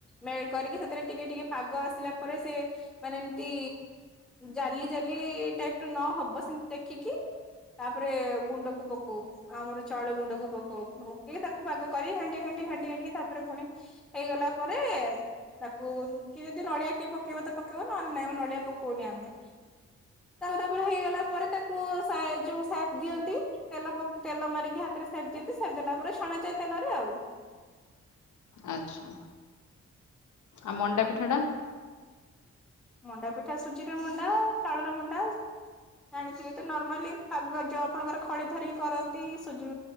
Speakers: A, in the centre; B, on the left (about 65°).
A: ମେଲ୍‌ଟ କରିକି ସେଥିରେ ଟିକେ ଟିକେ ପାଗ ଆସିଲା ପରେ ସେ ମାନେ ଏମତି ଜାଲି ଜାଲି ଟାଇପ୍ ର ନହେବ ସେମିତି ଦେଖିକି ତାପରେ ଗୁଣ୍ଡକୁ ପକଉ ଆମର ଚାଉଳ ଗୁଣ୍ଡକୁ ପକଉ ପକେଇ ତାକୁ ପାଗ କରି ଘାଣ୍ଟି ଘାଣ୍ଟି ଘାଣ୍ଟି ଘାଣ୍ଟି କି ତାପରେ ପୁଣି ହେଇଗଲା ପରେ ତାକୁ କି ଯଦି ନଡ଼ିଆ କି ପକେଇବ ତ ପକେଇବ ନହଲେ ନାଇଁ ଆମ ନଡ଼ିଆ ପକଉନି ଆମେ। ତା ତାପରେ ହେଇଗଲା ପରେ ତାକୁ ସା ଯଉ ସେଫ ଦିଅନ୍ତି ତେଲ ପ ତେଲ ମାରିକି ହାତରେ ସେଫ ଦିଅନ୍ତି। ସେଫ ଦେଲା ପରେ ଛଣାଚାଏ ତେଲରେ ଆଉ।
B: ଆଛା ଆଉ ମଣ୍ଡାପିଠା ଟା।
A: ମଣ୍ଡାପିଠା ସୁଜିରେ ମଣ୍ଡା, ଚାଉଳରେ ମଣ୍ଡା ଜାଣିଥିବେ ତ ନର୍ମାଲି ପାଗ ଯ ଖଳି ଧରିକି କରନ୍ତି ସୁଜି